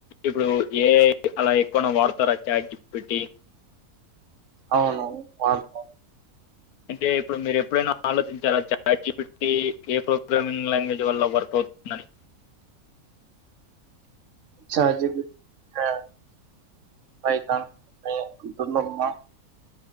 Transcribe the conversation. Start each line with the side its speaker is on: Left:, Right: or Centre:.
Left: ఇప్పుడు ఏఐ అలా ఎక్కువనే వాడుతారా చాట్జీపిటి.
Right: అవును వాడుతాం.
Left: అంటే ఇప్పుడు మీరు ఎప్పుడైనా ఆలోచించారా చట్జీపిటీ ఏ ప్రోగ్రామింగ్ లాంగ్వేజ్ వల్ల వర్క్. అవుతుందని.
Right: చాట్జీపీటా. పైతాన్ యే అబ్దుల్లమ్మ.